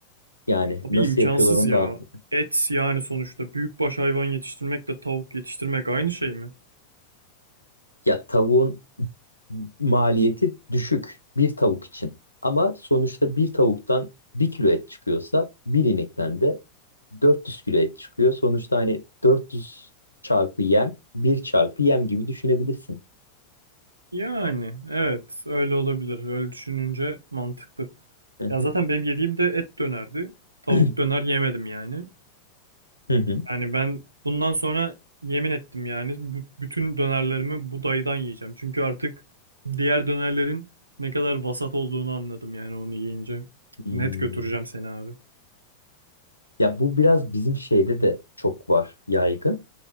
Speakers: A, on the left; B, on the right.
A: Yani
B: Abi
A: nasıl
B: imkansız
A: yapıyorlar onu
B: ya.
A: da anlamadım.
B: Et yani sonuçta büyükbaş hayvan yetiştirmekle tavuk yetiştirmek aynı şey mi?
A: Ya tavuğun maliyeti düşük bir tavuk için. Ama sonuçta bir tavuktan bir kilo et çıkıyorsa bir inekten de 400 kilo et çıkıyor. Sonuçta hani 400 çarpı yem, bir çarpı yem gibi düşünebilirsin.
B: Yani evet öyle olabilir. Öyle düşününce mantıklı.
A: Hı
B: Ya
A: hı.
B: zaten benim yediğim de et dönerdi. Tavuk
A: <clears throat>
B: döner yemedim yani.
A: Hı hı.
B: Yani ben bundan sonra yemin ettim yani bu- bütün dönerlerimi bu dayıdan yiyeceğim. Çünkü artık diğer dönerlerin ne kadar vasat olduğunu anladım yani onu yiyince.
A: Hmm.
B: Net götüreceğim seni abi.
A: Ya bu biraz bizim şeyde de çok var yaygın.